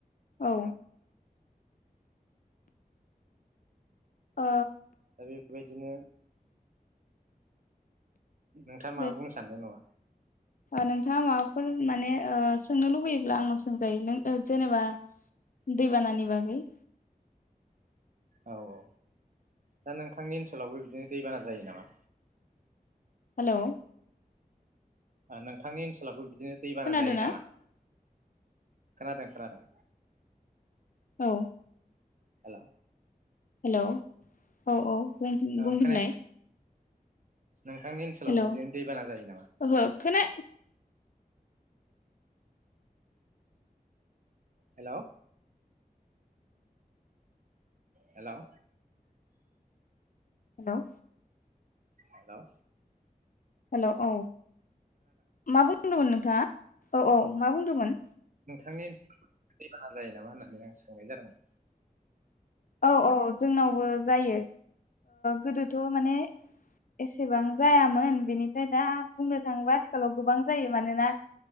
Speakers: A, on the left (about 65°); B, on the right (about 60°).
A: औ ओ
B: दा बेबायदिनो नोंथाङा माबा
A: बे
B: बुंनो सानदों नामा?
A: नोंथाङा माबाफोर माने ओ सोंनो लुबैयोब्ला आंनाव सोंजायो नों जेनेबा दैबानानि बागै
B: औ औ दा नोंथांनि ओनसोलावबो बिदिनो दैबाना जायो नामा?
A: हेल'।
B: नोंथांनि ओनसोलावबो बिदिनो दैबाना
A: खोनादोंना
B: जायो नामा? खोनादों खोनादों।
A: औ
B: हेलौ
A: हेलौ औ औ बुंफिनलाय
B: औ खोना नोंथांनि ओनसोलाव
A: हेलौ
B: बिदिनो दैबाना जायो नामा?
A: ओहो खोना
B: hello hello
A: hello
B: hello
A: hello औ मा बुंदोंमोन नों हो औ औ मा बुंदोंमोन?
B: नोंथांनि <unintelligible> जायो नामा होननानै आं सोंनाय जादोंमोन
A: औ औ जोंनावबो जायो गोदोथ' माने एसेबां जाया मोन बेनिफ्राय दा बुंनो थांबा आथिखालाव गोबां जायो मानोना